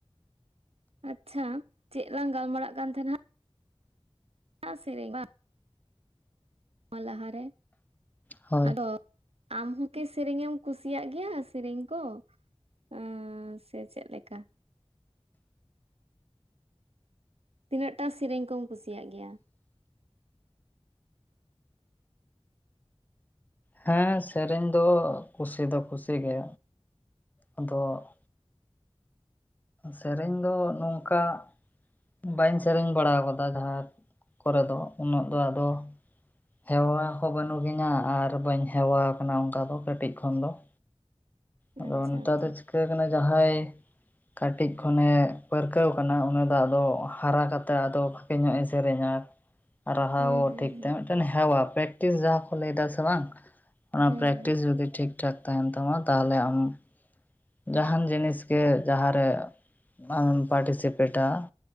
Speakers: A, on the right; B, on the left.
A: ᱟᱪᱪᱷᱟ, ᱪᱮᱫ ᱞᱟᱝ ᱜᱟᱞᱢᱟᱨᱟᱜ ᱠᱟᱱ ᱛᱟᱦᱮᱱᱟ? ᱟᱥᱤᱨᱤᱵᱟ ᱾ ᱚ ᱞᱟᱦᱟᱨᱮ
B: ᱦᱳᱭ
A: ᱟᱫᱚ! ᱟᱢ ᱦᱚᱸ ᱠᱤ ᱥᱮᱨᱮᱧ ᱮᱢ ᱠᱩᱥᱤᱭᱟᱜ ᱜᱮᱭᱟ ᱥᱮᱨᱮᱧ ᱠᱚ? ᱩᱸᱼ ᱥᱮ ᱪᱮᱫ ᱞᱮᱠᱟ? ᱛᱤᱱᱟᱹᱜ ᱴᱟ ᱥᱮᱨᱮᱧ ᱠᱚᱢ ᱠᱩᱥᱤᱭᱟᱜ ᱜᱮᱭᱟ?
B: ᱦᱮᱸ, ᱥᱮᱨᱮᱧ ᱫᱚ ᱠᱩᱥᱤ ᱫᱚ ᱠᱩᱥᱤᱜᱮ, ᱟᱫᱚ ᱹᱹᱹᱹ ᱥᱮᱨᱮᱧ ᱫᱚ ᱱᱚᱝᱠᱟ ᱹᱹᱹᱹ ᱾ ᱵᱟᱹᱧ ᱥᱮᱨᱮᱧ ᱵᱟᱲᱟ ᱟᱠᱟᱫᱟ ᱡᱟᱦᱟᱸ ᱠᱚᱨᱮ ᱫᱚ ᱩᱱᱟᱹᱜ ᱫᱚ ᱟᱫᱚ ᱹᱹᱹᱹ ᱾ ᱦᱮᱣᱟ ᱦᱚᱸ ᱵᱟᱹᱱᱩᱜᱤᱧᱟ ᱟᱨ ᱵᱟᱹᱧ ᱦᱮᱣᱟ ᱟᱠᱟᱱᱟ ᱚᱱᱠᱟ ᱫᱚ ᱠᱟᱹᱴᱤᱡ ᱠᱷᱚᱱ ᱫᱚ ᱾
A: <inaudible>
B: ᱟᱫᱚ
A: ᱟᱪᱪᱷᱟ
B: ᱱᱮᱛᱟᱨ
A: ᱟᱪᱪᱷᱟ
B: ᱫᱚ ᱪᱤᱠᱟᱹ ᱠᱟᱱᱟ ᱡᱟᱦᱟᱸᱭ ᱹᱹᱹ ᱾ ᱠᱟᱹᱴᱤᱡ ᱠᱷᱚᱱᱮ ᱯᱟᱹᱨᱠᱟᱹᱣ ᱟᱠᱟᱱᱟ ᱩᱱᱟᱹᱜ ᱫᱚ ᱟᱫᱚ ᱦᱟᱨᱟ ᱠᱟᱛᱮ ᱟᱫᱚ ᱛᱤᱱᱟᱹᱜ ᱮ ᱥᱮᱨᱮᱧᱟ ᱾
A: <inaudible>
B: ᱨᱟᱦᱟᱣ
A: ᱦᱩᱸ
B: ᱴᱷᱤᱠᱛᱮ ᱢᱤᱫᱴᱮᱱ ᱦᱮᱣᱟ ᱯᱮᱠᱴᱤᱥ ᱡᱟᱦᱟᱸ ᱠᱚ ᱞᱟᱹᱭ ᱫᱟ ᱥᱮ ᱵᱟᱝ? ᱚᱱᱟ
A: ᱦᱩᱸ
B: ᱯᱨᱮᱠᱴᱤᱥ ᱡᱩᱫᱤ ᱴᱷᱤᱠ ᱴᱷᱟᱠ ᱛᱟᱦᱮᱱ ᱛᱟᱢᱟ, ᱛᱟᱦᱞᱮ ᱟᱢ ᱹᱹᱹᱹ᱾ ᱡᱟᱦᱟᱱ ᱡᱤᱱᱤᱥ ᱜᱮ ᱡᱟᱦᱟᱸᱨᱮ ᱟᱢᱮᱢ ᱯᱟᱴᱤᱥᱤᱯᱮᱴᱟ ᱾